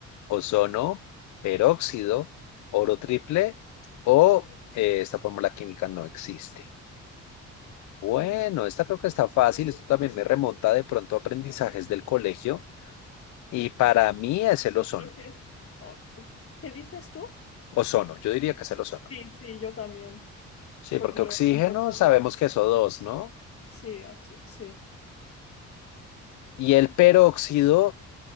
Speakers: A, on the left; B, on the left.
A: ozono, peróxido, oro triple o eh, esta fórmula química no existe. Bueno,
B: Mm.
A: esta creo que está fácil, esto también me remonta de pronto a aprendizajes del colegio y para mí es el
B: Yo
A: ozono.
B: creo que... o- o- ¿Qué dices tú?
A: Ozono, yo diría que es el ozono.
B: Sí, sí, yo también,
A: Sí,
B: porque
A: porque
B: lo,
A: oxígeno
B: lo otro...
A: sabemos que es o dos ¿no?
B: Sí, H- sí.
A: Y el peróxido,